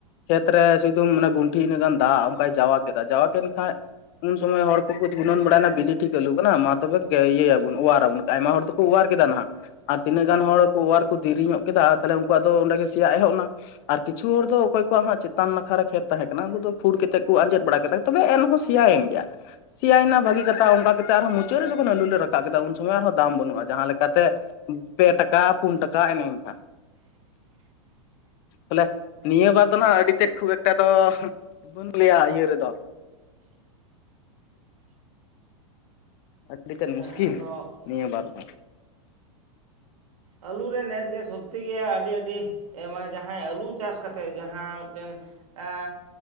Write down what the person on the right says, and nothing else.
<inaudible>
<inaudible>
ᱦᱮᱸ
ᱟᱫᱚ
ᱟᱹᱞᱩᱮ ᱱᱮᱥᱜᱮ ᱥᱚᱠᱛᱤ ᱜᱮ ᱟᱹᱰᱤ ᱟᱹᱰᱤ ᱢᱟᱱᱮ ᱡᱟᱦᱟᱸᱭ ᱟᱹᱞᱩ ᱪᱟᱥ ᱠᱟᱛᱮᱫ ᱡᱟᱦᱟᱸ ᱢᱤᱫᱴᱮᱱ ᱦᱸᱮ